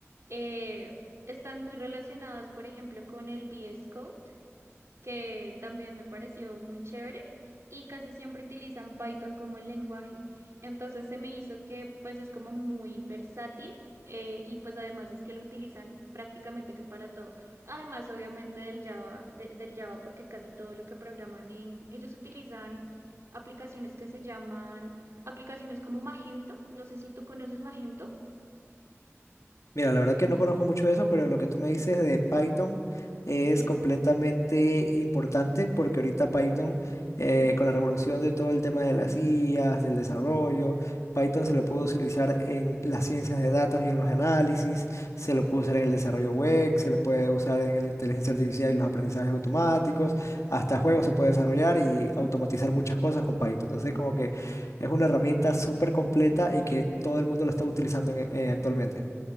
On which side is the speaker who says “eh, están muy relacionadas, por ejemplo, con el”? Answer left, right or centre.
Right